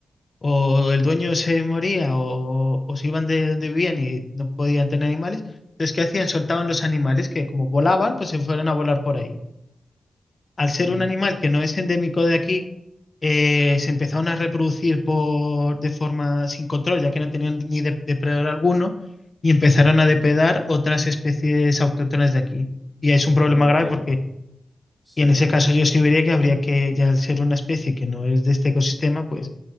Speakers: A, on the left; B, on the right.
A: o el dueño se moría, o, o se iban de donde vivían y no podían tener animales. Entonces, ¿qué hacían? Soltaban los animales que como volaban, pues se fueron a volar por ahí. al ser
B: ujú.
A: un animal que no es endémico de aquí, eh, se empezaron a reproducir por, de forma sin control, ya que no tenían ni de- depredador alguno, y empezaron a depredar otras especies autóctonas de aquí. Y es un problema
B: Entiendo.
A: grave porque,
B: Sí.
A: y en ese caso yo sí vería que habría que, ya al ser una especie que no es de este ecosistema, pues